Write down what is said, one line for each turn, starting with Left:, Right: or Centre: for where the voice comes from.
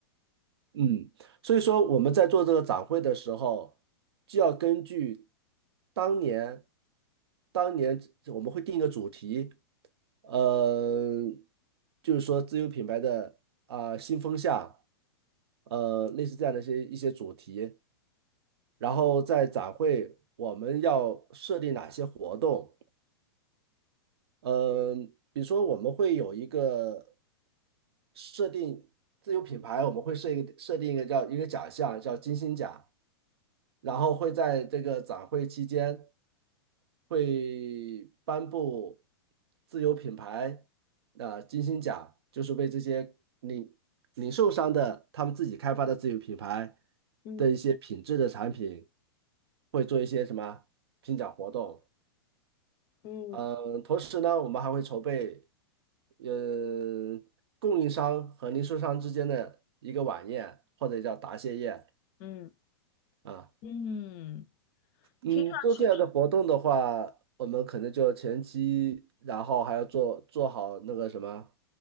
Right: 嗯，所以说我们在做这个展会的时候，就要根据当年，当年我们会定一个主题，呃，就是说自有品牌的啊、新风向，呃，类似这样的一些一些主题，然后在展会我们要设立哪些活动，嗯，比如说我们会有一个设定自有品牌，我们会设一个设定一个叫一个奖项叫金星奖，然后会在这个展会期间会颁布自有品牌啊、金星奖，就是为这些零零售商的他们自己开发的自有品牌
Left: 嗯
Right: 的一些品质的产品，会做一些什么评奖活动。
Left: 嗯
Right: 嗯，同时呢，我们还会筹备，呃，供应商和零售商之间的一个晚宴，或者叫答谢宴
Left: 嗯
Right: 啊。
Left: 嗯，嗯
Right: 嗯，
Left: 听上去是，
Right: 做这样的活动的话，我们可能就前期，然后还要做做好那个什么